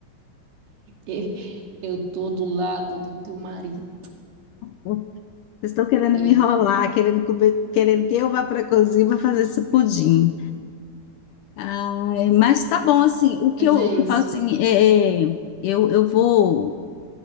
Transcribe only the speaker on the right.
<laughs> Eu tô do lado do teu marido.
Ele,
mas
é
isso.